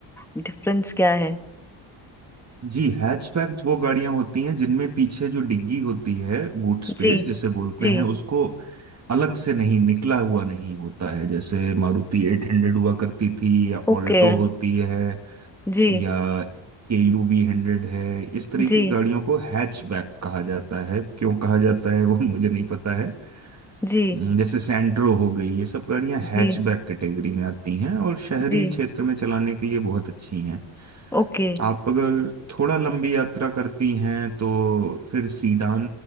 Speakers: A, in the centre; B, on the right.
A: डिफरेंस क्या है
B: जी हैचबैक वो गाड़ियां होती हैं जिनमें पीछे जो डिग्गी होती है बूट स्पेस
A: जी
B: जिसे बोलते
A: जी
B: हैं उसको अलग से नहीं निकला हुआ नहीं होता है जैसे मारुति एट हंड्रेड हुआ करती थी या
A: ओके
B: ऑल्टो होती है
A: जी
B: या के यू वी हंड्रेड है इस तरह
A: जी
B: की गाड़ियों को हैचबैक कहा जाता है क्यों कहा जाता है वो <laughs> मुझे नहीं पता है
A: जी
B: हम्म, जैसे सेंट्रो हो गई ये सब गाड़ियां हैचबैक
A: जी
B: कैटेगरी में आती हैं और शहरी
A: जी
B: क्षेत्र में चलाने के लिए बहुत अच्छी हैं
A: ओके
B: आप अगर थोड़ा लंबी यात्रा करती हैं तो फिर सीडान